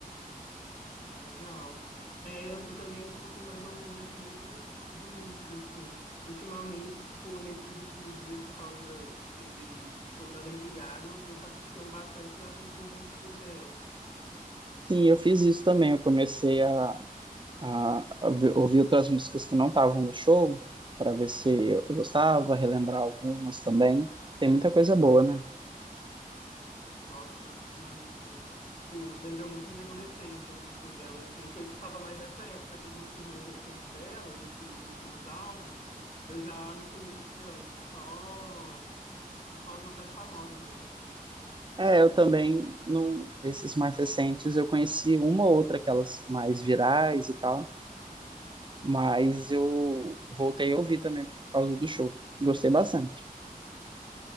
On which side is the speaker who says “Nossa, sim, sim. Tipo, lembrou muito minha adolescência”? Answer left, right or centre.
Left